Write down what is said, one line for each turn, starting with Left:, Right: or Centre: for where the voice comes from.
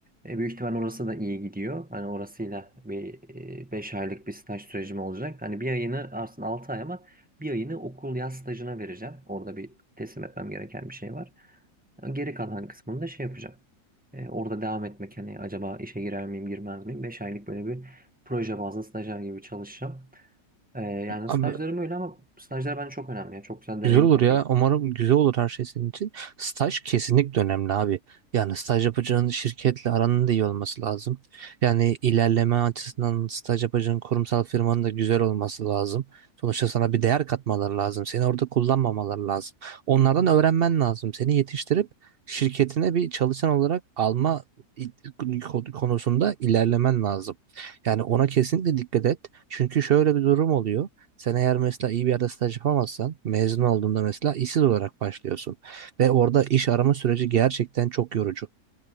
Centre: Ee, büyük ihtimal orası da iyi gidiyor. Hani orasıyla bir e, 5 aylık bir staj sürecim olacak. Hani bir ayını aslında 6 ay ama bir ayını okul yaz stajına vereceğim. Orada bir teslim etmem gereken bir şey var. Geri kalan kısmını da şey yapacağım. Ee, orada devam etmek hani acaba işe girer miyim girmez miyim? 5 aylık böyle bir proje bazlı stajyer gibi çalışacağım. Ee, yani
Right: Ama
Centre: stajlarım öyle ama stajlar bence çok önemli. ya. Çok güzel deneyim
Right: Güzel olur
Centre: katıyor.
Right: ya. Umarım güzel olur her şey senin için. Staj kesinlikle önemli abi. Yani staj yapacağın şirketle aranın da iyi olması lazım. Yani ilerleme açısından staj yapacağın kurumsal firmanın da güzel olması lazım. Sonuçta sana bir değer katmaları lazım. Seni orada kullanmamaları lazım. Onlardan öğrenmen lazım. Seni yetiştirip şirketine bir çalışan olarak alma i- konusunda ilerlemen lazım. Yani ona kesinlikle dikkat et. Çünkü şöyle bir durum oluyor. Sen eğer mesela iyi bir yerde staj yapamazsan mezun olduğunda mesela işsiz olarak başlıyorsun. Ve orada iş arama süreci gerçekten çok yorucu.